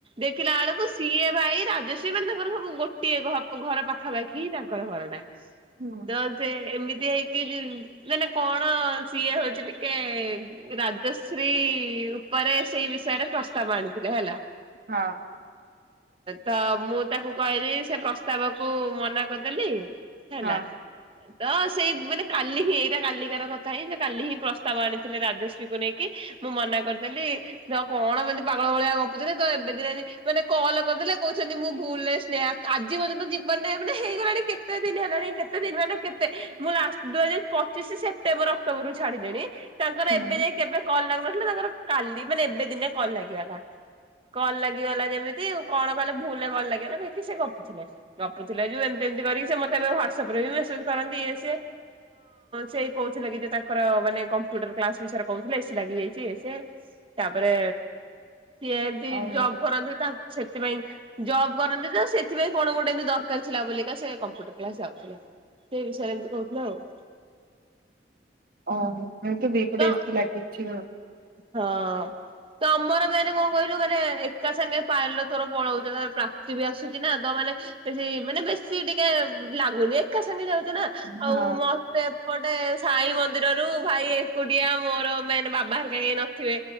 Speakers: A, on the right; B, on the right.
A: ଦେଖିଲା ଆଳକୁ ସିଏ ଭାଇ ରାଜେଶ ମାନ ତାଙ୍କର ସବୁ ଗୋଟିଏ ଘର ପାଖାପାଖି ତାଙ୍କର ଘର ଟା
B: ହୁଁ
A: ତ ସେ ଏମିତି ହେଇ କି ମାନେ କଣ ସିଏ ହଉଛି ଟିକେ ରାଜଶ୍ରୀ ଉପରେ ସେଇ ବିଷୟରେ ପ୍ରସ୍ତାବ ଆଣିଥିଲେ ହେଲା।
B: ହଁ,
A: ତ ମୁଁ ତାକୁ ପରେ ସେ ପ୍ରସ୍ତାବ କୁ ମନା କରିଦେଲି। ହେଲା
B: ହଁ
A: ତ ସେଇ ମାନେ କାଲି ହିଁ ଏଇଟା କାଲିକାର କଥା ହିଁ କାଲି ହିଁ ପ୍ରସ୍ତାବ ଆଣିଥିଲେ ରାଜଶ୍ରୀକୁ ନେଇକି ମୁଁ ମନା କରିଦେଲି କଣ ମାନ ପାଗଳ ଭଳିଆ ଗପୁଥିଲେ ତ ଏବେ ଦିନ ମାନେ କଲ କରିଦେଲେ କହୁଛନ୍ତି ମୁଁ ଭୁଲରେ ଆଜି ପର୍ଯ୍ୟନ୍ତ ଯିବାର ନାହିଁ ମାନେ ହେଇଗଲାଣି କେତେ ଦିନ ହେଲାଣି କେତେ ଦିନ ହେ କେତେ ମୁଁ ଲାଷ୍ଟ ଦୁଇ ହଜାର ପଚିଶ ସେପ୍ଟେମ୍ବର ଅକ୍ଟୋବର ରୁ ଛାଡିଲେଣି ତାଙ୍କର
B: ହୁଁ
A: ଏବେ ଯାଇ କେବେ କଲ୍ ଲାଗୁନଥିଲା ତାଙ୍କର କାଲି ମାନେ ଏବେ ଦିନେ କଲ୍ ଲାଗିଗଲା କଲ୍ ଲାଗିଗଲା ଯେମିତି କଣ କଲେ ଭୁଲରେ କଲ୍ ଲାଗିଗଲା କି ସେ ଗପୁଥିଲେ ଗପୁଥିଲେ ଯଉ ଏମତି ଏମତି କରିକି ସେ ମତେ ଏବେ ହ୍ଵାଟସପ ରେ ବି ମେସେଜ କରନ୍ତି ସେ ସେ କହୁଥିଲେ କି ତାଙ୍କର ମାନେ କମ୍ପ୍ୟୁଟର କ୍ଲାସ ବିଷୟରେ କହୁଥିଲେ ଏ ସେ ଲାଗି ଯାଇଛି ଇଏ ସିଏ ତାପରେ ସିଏ ଯଦି
B: ଓହୋ
A: ଜବ କରନ୍ତି ତା ସେଥିପାଇଁ ଜବ୍ କରନ୍ତି ତ ସେଥିପାଇଁ କଣ ଗୋଟେ ଏମିତି ଦରକାର ଥିଲା ବିକା ସେ କମ୍ପ୍ୟୁଟର କ୍ଲାସ ଯାଉଥିଲା ସେ ବିଷୟରେ ଏମତି କହୁଥିଲା ଆଉ
B: ଓ, ହାଇ ତୁ ବି ଏପଟେ
A: ତ
B: ଏି ଲାଗିଛି ଆଉ।
A: ହଁ ତ ଆମର ମାନେ କଣ କହିଲୁ ମାନେ ଏକା ସାଙ୍ଗେ ପାଇଲ ତୋର ପଳଉଛ ତ ପ୍ରାପ୍ତି ବି ଆସୁଛି ନା ତ ମାନେ ବେଶୀ ମାନେ ବେଶୀ ଟିକେ ଲାଗୁନି ଏକା ସାଙ୍ଗେ ଯାଉଛ ନା
B: ହଁ
A: ଆଉ ମତେ ପଟେ ସାଇ ମନ୍ଦିରରୁ ଭାଇ ଏକୁଡିଆ ମୋର ମେନ୍ ବାବା କା ନଥିବେ